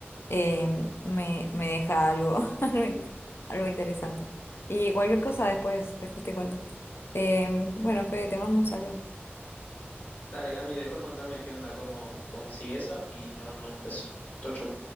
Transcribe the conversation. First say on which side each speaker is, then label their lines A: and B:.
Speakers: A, on the left; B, on the left.
A: em, me, me deja algo, <laughs> algo, in- algo interesante. Y cualquier cosa después, después te cuento. Em, bueno, Fede, te mando un saludo.
B: Dale, Cami, después contame qué onda, cómo, cómo sigue eso y te mando un beso. Chau, chau.